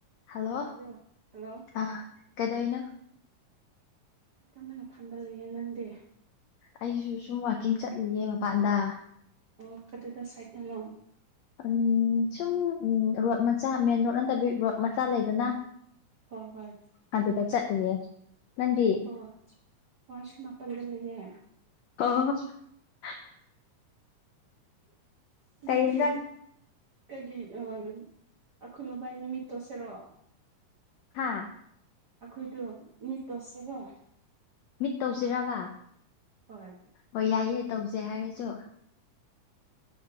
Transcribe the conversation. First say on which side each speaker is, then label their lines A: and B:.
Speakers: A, on the left; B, on the right.
A: hello
B: ꯇꯥꯕ꯭ꯔꯣ hello
A: ꯑ ꯀꯩꯗꯣꯢꯅꯣ
B: ꯇꯨꯃꯤꯟꯅ ꯐꯝꯕ ꯂꯩꯌꯦ ꯅꯪꯗꯤ
A: ꯑꯩꯁꯨ ꯁꯨꯝ ꯋꯥꯀꯤꯡ ꯆꯠꯂꯤꯌꯦ ꯃꯄꯥꯟꯗ
B: ꯑꯣ ꯀꯗꯨꯗ ꯁꯥꯏꯗꯅꯣ
A: ꯎꯝ ꯁꯨꯝ ꯔꯣꯠ ꯃꯆꯥ ꯃꯦꯟ ꯔꯣꯠ ꯅꯠꯇꯕꯤ ꯔꯣꯠ ꯃꯆꯥ ꯂꯩꯗꯅ
B: ꯍꯣꯏ ꯍꯣꯏ
A: ꯑꯗꯨꯗ ꯆꯠꯂꯤꯌꯦ ꯅꯪꯗꯤ
B: ꯑꯣ ꯑꯩꯁꯨ ꯃꯄꯥꯟꯗ ꯂꯩꯌꯦ
A: ꯑꯣ <inaudible>
B: ꯑꯗꯨꯗꯤ
A: ꯀꯩ ꯏꯟꯖꯥꯡ
B: ꯀꯩꯒꯤ ꯑ ꯑꯩꯈꯣꯏꯃꯕꯥꯟꯅꯤ ꯃꯤꯠ ꯇꯣꯠꯁꯤꯔꯣ
A: ꯍꯥꯥ
B: ꯑꯩꯈꯣꯏꯗꯣ ꯃꯤꯠ ꯇꯣꯠꯁꯤꯔꯣ
A: ꯃꯤꯠ ꯇꯧꯁꯤꯔꯕ
B: ꯍꯣꯏ
A: ꯍꯣꯏ ꯌꯥꯏꯌꯦ ꯇꯧꯖꯦ ꯍꯥꯏꯔꯁꯨ